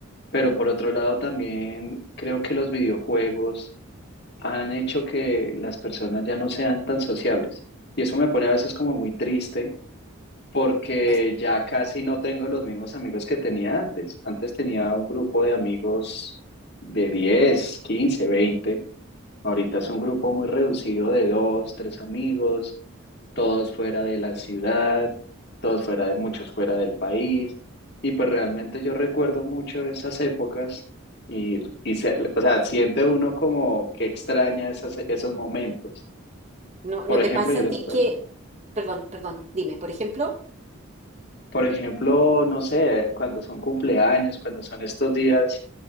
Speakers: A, on the left; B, on the right.
A: pero por otro lado también creo que los videojuegos han hecho que las personas ya no sean tan sociables. Y eso me pone a veces como muy triste porque
B: No,
A: ya casi no tengo los mismos amigos que tenía antes. Antes tenía un grupo de amigos de diez quince veinte Ahorita es un grupo muy reducido de dos, tres amigos, todos fuera de la ciudad, todos fuera de muchos fuera del país. Y pues realmente yo recuerdo mucho esas épocas y, y se, o sea, siente uno como que extraña esas, esos momentos.
B: no,
A: Por
B: no
A: ejemplo,
B: te pasa
A: yo
B: a
A: los
B: ti
A: extraño.
B: que, perdón, perdón, dime, por ejemplo.
A: Por ejemplo, no sé, cuando son cumpleaños, cuando son estos días,